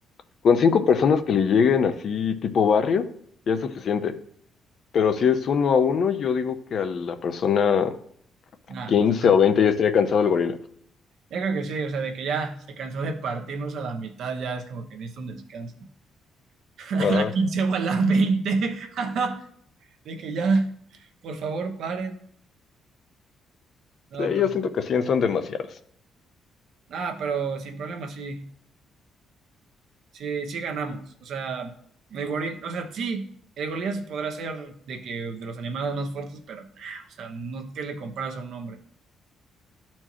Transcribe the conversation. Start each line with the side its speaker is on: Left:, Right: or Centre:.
Left: con cinco personas que le lleguen así tipo barrio, ya es suficiente. Pero si es uno a uno, yo digo que a la persona
Right: nada,
Left: 15
Right: no, sé.
Left: o 20 ya estaría cansado el gorila.
Right: yo creo que sí, o sea, de que ya se cansó de partirnos a la mitad, ya es como que necesita un descanso. <laughs>
Left: Ajá.
Right: A la 15 o a la veinte <laughs> de que ya, por favor, paren. No,
Left: Sí,
Right: pero,
Left: yo siento que 100 son demasiadas.
Right: ah, pero sin problema, sí. Sí, sí ganamos. O sea, el gorila, o sea, sí, el gorila se podrá hacer de que de los animales más fuertes, pero nah, o sea, no que le comparas a un hombre.